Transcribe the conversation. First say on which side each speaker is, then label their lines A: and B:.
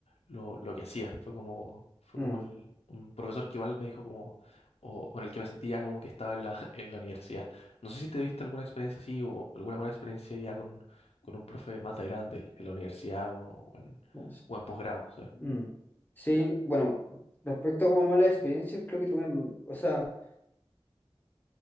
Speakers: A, on the left; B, on the left.
A: lo, lo que hacía. Fue como, fue
B: Mm,
A: como el- un profesor que igual me dijo como, o, o en el que me sentía como que estaba en la, <laughs> en la universidad. No sé si te viste alguna experiencia así o alguna buena experiencia ya con, con un profe más de grande en, en la universidad o, o en,
B: vamos.
A: o en posgrado, sí,
B: Mm. Sí,
A: sí.
B: bueno, respecto a como malas experiencias, creo que tuve, mm, o sea,